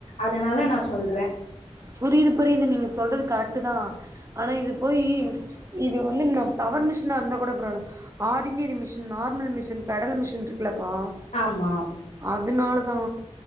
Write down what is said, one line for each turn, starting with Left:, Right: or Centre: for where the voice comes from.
Left: அதனால நா சொல்றே
Right: புரியுது புரியிது நீங்க சொல்றது கரெக்ட் தா ஆனா இது போயி இது வந்து நா பவர் மிஷினா இருந்தா கூட பரவால்ல ordinary machine normal machine pedal machine இருக்குலப்பா
Left: ஆம்மா
Right: அதுனால தா